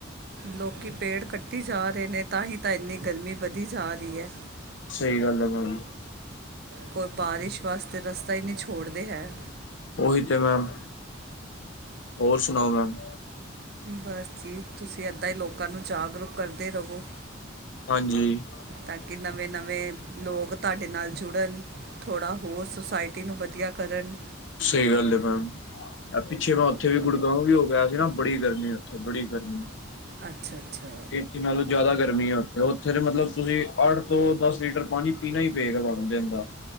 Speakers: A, on the right; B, on the left.
A: ਲੋਕ ਪੇੜ ਕੱਟੀ ਜਾ ਰੇ ਨੇ ਤਾਂ ਹੀ ਤਾਂ ਏਨੀ ਗਰਮੀ ਵਧੀ ਜਾ ਰੀ ਐ।
B: ਸਈ ਗਲ ਆ ਮੈਡਮ।
A: ਕੋਈ ਬਾਰਿਸ਼ ਵਾਸਤੇ ਰਸਤਾ ਈ ਨੀ ਛੋੜਦੇ ਹੈ।
B: ਓਹੀ ਤੇ ਮੈਮ, ਹੋਰ ਸੁਣਾਓ ਮੈਮ?
A: ਬਸ ਜੀ ਤੁਸੀਂ ਏਦਾਂ ਈ ਲੋਕਾਂ ਨੂੰ ਜਾਗਰੂਕ ਕਰਦੇ ਰਵੋ।
B: ਹਾਂਜੀ
A: ਤਾਂ ਕੀ ਨਵੇਂ-ਨਵੇਂ ਲੋਕ ਤੁਹਾਡੇ ਨਾਲ ਜੁੜਨ ਥੋੜਾ ਹੋਰ ਸੁਸੈਟੀ ਨੂੰ ਵਧੀਆ ਕਰਨ
B: ਸ ਈ ਗੱਲ ਐ ਮੈਮ ਪੀਛੇ ਮੈਂ ਓਥੇ ਵੀ ਗੁੜਗਾਉ ਵੀ ਹੋ ਕੇ ਆਏਆ ਸੀ ਨਾ ਬੜੀ ਗਰਮੀ ਓਥੇ ਬੜੀ ਗਰਮੀ
A: ਆ ਛਾ ਛਾ।
B: ਇੱਥੇ ਨਾਲੋਂ ਜਾਦਾ ਗਰਮੀ ਆ ਓਥੇ ਓਥੇ ਮਲਬ ਤੁਸੀਂ ਅੱਠ ਤੋਂ ਦਸ ਲੀਟਰ ਪਾਣੀ ਪੀਣਾ ਈ ਪੇਗਾ ਤੁਆਨੂੰ ਦੇਨ ਦਾ,